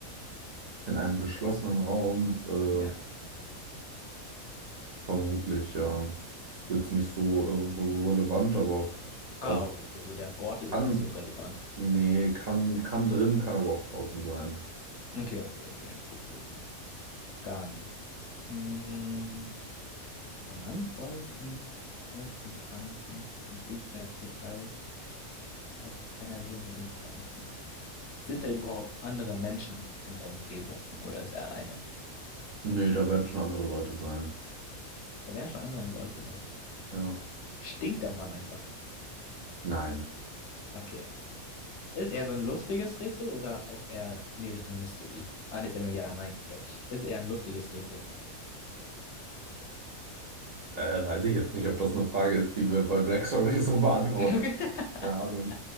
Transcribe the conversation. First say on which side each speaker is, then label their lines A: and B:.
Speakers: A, on the right; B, on the left.
A: In einem geschlossenen Raum, äh,
B: Ja.
A: Vermutlich, ja. Ist jetzt nicht so äh, so relevant, aber f- also
B: Ah, okay, okay. So der Ort ist
A: kann,
B: jetzt nicht so relevant.
A: nee, kann, kann drin, kann aber auch draußen sein.
B: Okay, okay, okay. Gut zu wissen. Dann. Mm, der Mann fordert ihn auf zum Tanzen. Musik ist gestylt, aber keiner will mit ihm tanzen. Sind da überhaupt andere Menschen in der Umgebung oder ist er alleine?
A: Nee, da werden schon andere Leute sein.
B: Da werden schon andere Leute sein.
A: Ja.
B: Stinkt der Mann einfach.
A: Nein.
B: Okay, Ist es eher so ein lustiges Rätsel oder auch eher in die Richtung Mystery? Ah, ne, ist ja nur ja, nein, gell? Ist es eher ein lustiges Rätsel?
A: Äh, weiß ich jetzt nicht, ob das eine Frage ist, die wir bei Black Stories so beantworten.
B: <laughs>
A: Keine Ahnung.